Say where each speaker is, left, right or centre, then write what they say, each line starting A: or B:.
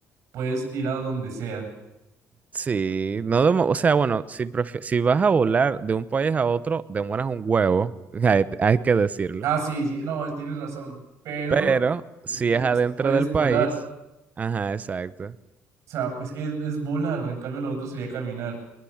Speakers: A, on the right; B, on the right.
A: puedes ir a donde sea.
B: Sí, no demo- o sea, bueno, si, prefi- si vas a volar de un país a otro, demoras un huevo, <laughs> hay, hay que decirlo.
A: Ah, sí, sí, no, tienes razón, pero
B: Pero
A: eh,
B: si
A: bu-
B: es adentro
A: puedes
B: del
A: volar.
B: país, ajá, exacto,
A: O sea, es que es, es volar, en cambio lo otro sería caminar.